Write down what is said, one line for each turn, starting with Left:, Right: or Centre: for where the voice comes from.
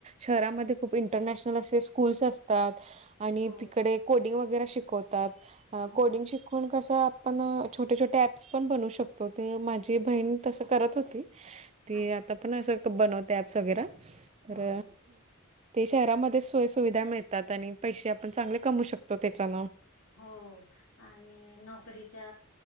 Right: शहरामध्ये खूप इंटरनॅशनल असे स्कूल्स असतात आणि
Left: हो,
Right: तिकडे कोडिंग वगैरे शिकवतात.
Left: हो.
Right: कोडिंग शीक कोण कसं आपण छोटे छोटे ॲप्स पण बनवू शकतो ते माझी बहीण तसं करत होती. ती
Left: अच्छा.
Right: आता पण असं बनवते ऍप्स वगैरे तर
Left: हो.
Right: ते शहरामध्ये सोय सुुविधा मिळतात आणि पैसे आपण चांगले कमू शकतो त्याच्यानं
Left: हो आणि नोकरीच्या